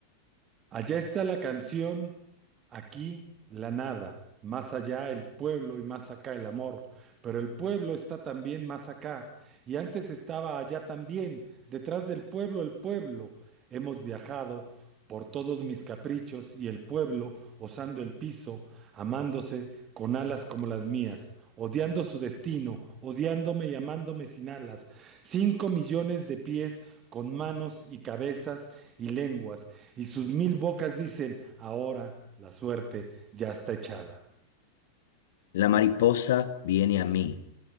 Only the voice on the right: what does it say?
Allá está la canción, aquí la nada, más allá el pueblo y más acá el amor, pero el pueblo está también más acá, y antes estaba allá también, detrás del pueblo el pueblo, Hemos viajado por todos mis caprichos y el pueblo, osando el piso, amándose con alas como las mías, odiando su destino, odiándome y amándome sin alas, cinco millones de pies con manos y cabezas y lenguas, y sus mil bocas dicen, ahora la suerte ya está echada.